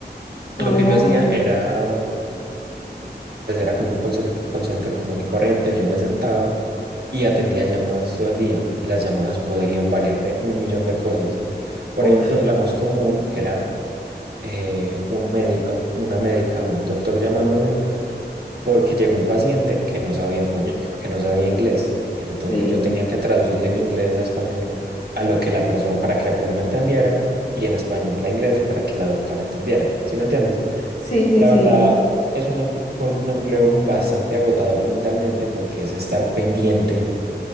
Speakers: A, on the right; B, on the left.
A: Lo
B: Oh,
A: que yo hacía era, pues era como un call center, call center común y corriente. Yo me sentaba y atendía llamadas todo el día y las llamadas podrían variar de un millón de cosas. Por
B: uff,
A: ejemplo, la más común era eh, un médico, una médica o un doctor llamándome porque llegó un paciente que no sabía español, que no sabía inglés. Entonces
B: sí,
A: yo tenía que traducirle en inglés a español a lo que la persona, para que la persona entendiera y en español a inglés para que la doctora entendiera. ¿Sí me entiendes?
B: sí, sí,
A: La
B: sí,
A: verdad, es un, em- fue un empleo bastante agotador mentalmente porque es estar pendiente